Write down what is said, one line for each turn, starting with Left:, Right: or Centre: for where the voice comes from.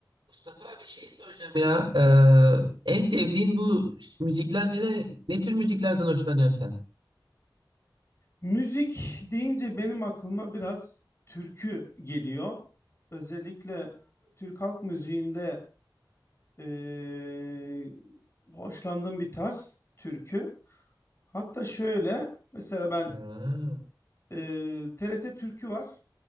Right: Mustafa bir şey soracağım ya. Ee, en sevdiğin bu müzikler ne, ne tür müziklerden hoşlanıyorsun sen?
Left: Müzik deyince benim aklıma biraz türkü geliyor. Özellikle Türk halk müziğinde eee, hoşlandığım bir tarz türkü. Hatta şöyle mesela ben
Right: Ha,
Left: eee, TRT Türkü var.